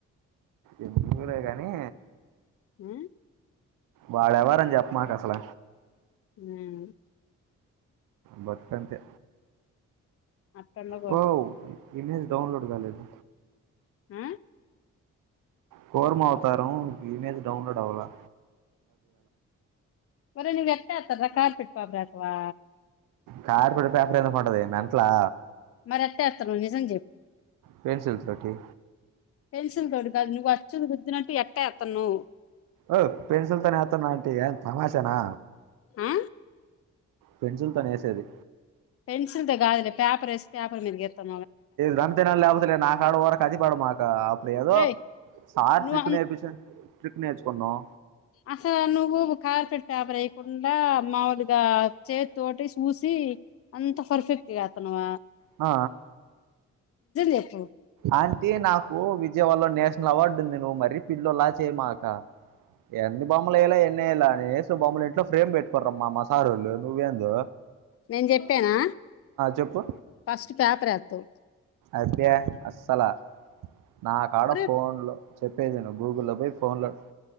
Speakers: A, on the right; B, on the left.
A: ఎందు ఊరే కానీ.
B: హ.
A: వాడెవరం చెప్ప మాకు అసల.
B: హ.
A: బతుకంతే.
B: అక్కనువ్.
A: పో ఇమేజ డౌన్లోడ్ రాలేదు.
B: హ.
A: కోర్మ అవుతారు ఇమేజ్ డౌన్లడ్ అవలా.
B: ఒరేయ్ నువ్వు ఎత్త అతార కార్పిట్ బబ్ర అత్వా.
A: కార్పెడు పపర్ ఎందుకు ఉంటది మెంటలా.
B: మరి అంతే అత్త నువ్వు నిజం చెప్పు.
A: పెన్సిల్స్ తోటి.
B: పెన్సిల్ తోడు కాదు నువ్వు వచ్చ గుద్ద్దిననట్టు ఎట్టా ఎత్తన్నావ్.
A: ఓ పెన్సిల్ తనే అతన్నా అంటంటి ఏ తమాషానా.
B: ఆ
A: పెన్సిల్ తోనే ఏసేది.
B: పెన్సిల్తో కాదులే పేపర్ ఎస్. పేపర్ మీద గిత్తవ్.
A: రంతనా లాభస లే నాకు ఆడ ఊరికే అతి పడమాక అప్పుడి ఏదో.
B: ఒరేయ్
A: సార్
B: నువ్వు
A: ట్రిక్ నేర్పిస్తే ట్రిక్ నేర్చుకున్నాం.
B: అసలు నువ్వు కార్పెట్ పేపర్ ఏయ్యకుండా మాములుగా చే తోటి చూసి అంత పర్ఫెక్ట్గా ఎత్తనవ
A: ఆ
B: చెప్పు
A: ఆంటీ నాకు విజయవాలో నేషనల్ అవార్డు ఉంది నువ్వు మరీ పిల్లొల్ల చేయమాక ఎన్ని బొమ్మలు ఏయ్యలే ఎన్ని ఏలా నే ఏసు బొమ్మలు ఇంట్లో ఫ్రేమ్ పెట్టుకోరమ్మా మా సారోళ్ళు నువ్వేందొ
B: నేను చెప్పానా
A: చెప్పు
B: ఫస్ట్ పేపర్ వేత్తవు
A: అబ్బే అస్సలా నా కాడ
B: సెపరేట్లే
A: ఫోన్లో చెప్పేది విను గూగుల్లో పోయి ఫోన్లో